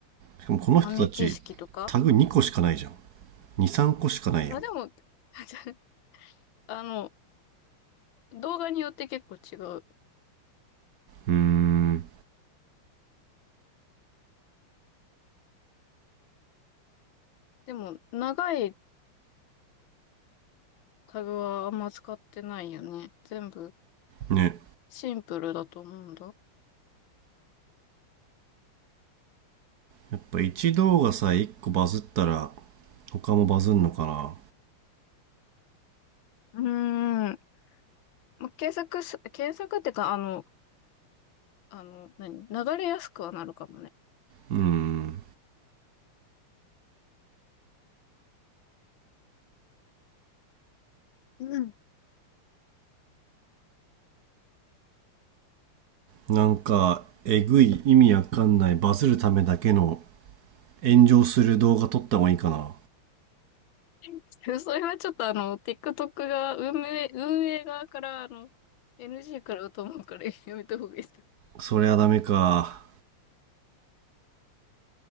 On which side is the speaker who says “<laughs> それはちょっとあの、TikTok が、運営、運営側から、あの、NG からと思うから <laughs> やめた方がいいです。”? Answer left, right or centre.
Left